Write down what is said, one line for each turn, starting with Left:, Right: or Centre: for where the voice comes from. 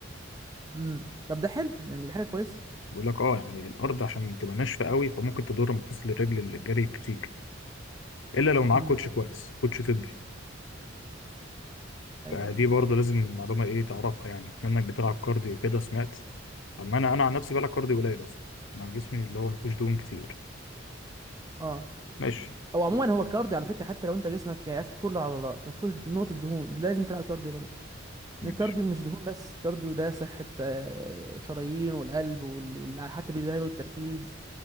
Right: امم طب ده حلو يعني ده حاجه كويسه
Left: بيقول لك اه يعني الأرض عشان تبقى ناشفة قوي فممكن تضر مفاصل الرجل اللي الجري كتير إلا لو معاك
Right: امم
Left: كوتش كويس كوتش طبي
Right: ايوه
Left: فدي
Right: ايوه
Left: برضه لازم معلومة إيه تعرفها يعني كمنك بتلعب كارديو كده سمعت أما أنا أنا عن نفسي بلعب كارديو قليل أصلا أنا جسمي اللي هو مفيهوش دهون كتير
Right: اه
Left: ماشي
Right: هو عموما هو الكارديو على فكره حتى لو انت جسمك يا اخي كله عضلات ما فيهوش نقطه دهون لازم تلعب كارديو برضه
Left: ماشي
Right: ان الكارديو مش دهون بس كارديو ده صحة آه، شرايين والقلب وال... وال... حتى بيذهب التركيز